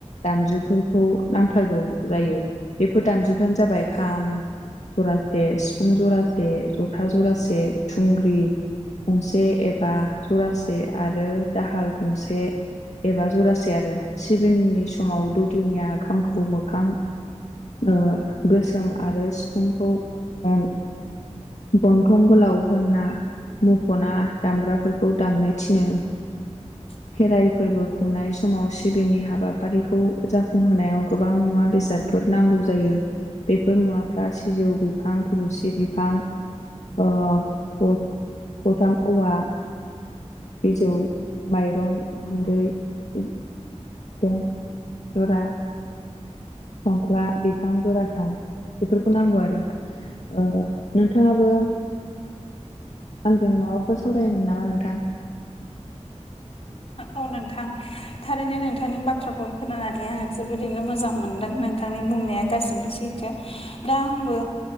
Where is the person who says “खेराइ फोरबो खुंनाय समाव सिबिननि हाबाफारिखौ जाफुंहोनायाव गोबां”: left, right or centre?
Left